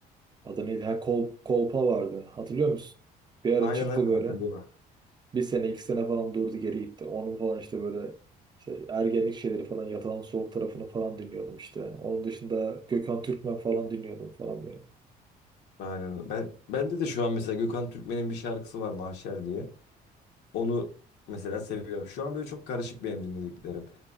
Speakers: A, on the right (about 25°); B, on the left (about 80°).
A: Adı neydi? Ha, Kol, Kolpa vardı. Hatırlıyor musun? Bir ara
B: Aynen
A: çıktı
B: aynen
A: böyle.
B: hatırlıyorum.
A: Bir sene iki sene falan durdu geri gitti. Onun falan işte böyle işte ergenlik şeyleri falan Yatan Soğuk tarafını falan dinliyordum işte. Onun dışında Gökhan Türkmen falan dinliyordum falan böyle.
B: Aynen. Ben bende de şu an mesela Gökhan Türkmen'in bir şarkısı var Mahşer diye. Onu mesela seviyorum. Şu an böyle çok karışık benim dinlediklerim.